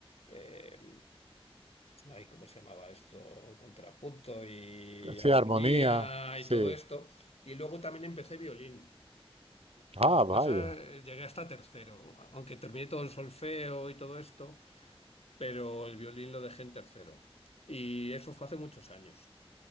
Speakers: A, on the left; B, on the right.
A: eh, ay, ¿cómo se llamaba esto? Contrapunto y
B: Sí,
A: armonía
B: armonía. Sí.
A: y todo esto. Y luego también empecé violín. Y
B: Ah,
A: lo que
B: vaya.
A: pasa, eh, llegué hasta tercero, aunque terminé todo el solfeo y todo esto, pero el violín lo dejé en tercero. Y eso fue hace muchos años.